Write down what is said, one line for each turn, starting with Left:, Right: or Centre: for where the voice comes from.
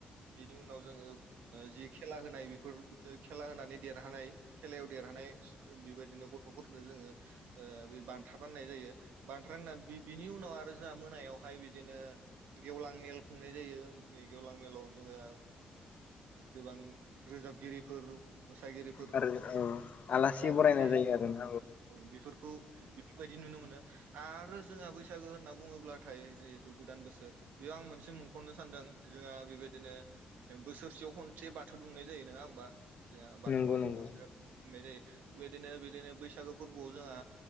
Right: बेनि उनाव जोङो ओ जि खेला होनाय बेफोर ओ खेला होनानै देरहानाय खेलायाव देरहानाय बेबायदिनो गथ'फोरनो जोङो ओ बान्था राननाय जायो बान्था राननानै बि बिनि उनाव आरो जोंहा मोनायावहाय बिदिनो गेवलां मेल खुंनाय जायो बे गेवलां मेलाव जोङो ओ गोबां रोजाबगिरिफोर मोसागिरिफोर
Left: आरो
Right: लेंना
Left: औ आलासि
Right: लाबोनाय
Left: बरायनाय
Right: जायो
Left: आरोना
Right: औ बेफोरखौ बेफोरबायदि नुनो मोनो आरो जोंहा बैसागो होनना बुङोब्लाथाय जिहेथु गोदान बोसोर बेयाव आं मोनसे मुंख'नो सानदों जोंङा बेबायदिनो बोसोरसेयाव खनसे बाथौ दुमनाय जायो नोङा होमबा जोंहा बाथौ
Left: नंगौ
Right: धोरोमफोरा
Left: नंगौ
Right: बाथौ दुमनाय जायो। बेबायदिनो बिदिनो बैसागो फोरबोआव जोंहा